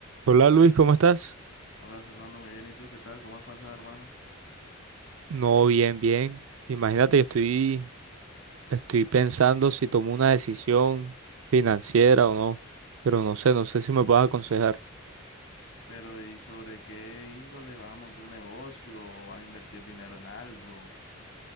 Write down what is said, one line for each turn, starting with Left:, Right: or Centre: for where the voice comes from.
Right: Hola Luis, ¿cómo estás?
Left: Hola Fernando, muy bien. ¿Y tú qué tal? ¿Cómo has pasado, hermano?
Right: No, bien, bien. Imagínate que estoy, estoy pensando si tomo una decisión financiera o no, pero no sé, no sé si me puedes aconsejar.
Left: Pero ¿y sobre qué índole vas a montar un negocio o vas a invertir dinero en algo?